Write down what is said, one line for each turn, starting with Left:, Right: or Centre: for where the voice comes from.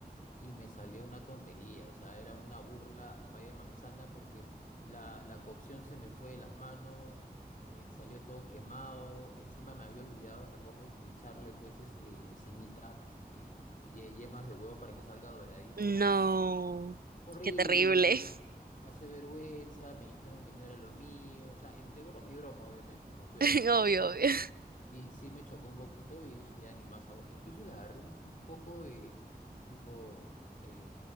Left: y me salió una tontería, o sea, era una burla al pay de manzana porque la, la cocción se me fue de las manos. eh, salió todo quemado, encima me había olvidado, recuerdo, de echarle pues este encimita eh, ye- yemas de huevo para que salga doradito
Right: No,
Left: Horrible,
Right: qué terrible.
Left: horrible, pas- pasé vergüenza, me dijeron que no era lo mío, o sea, entre broma y broma, obviamente, ¿no? Pero
Right: <laughs> Obvio, obvio.
Left: y, sí me chocó un poquito y dije, ya ni más, a- incluso le agarré un, un poco de, tipo, eh,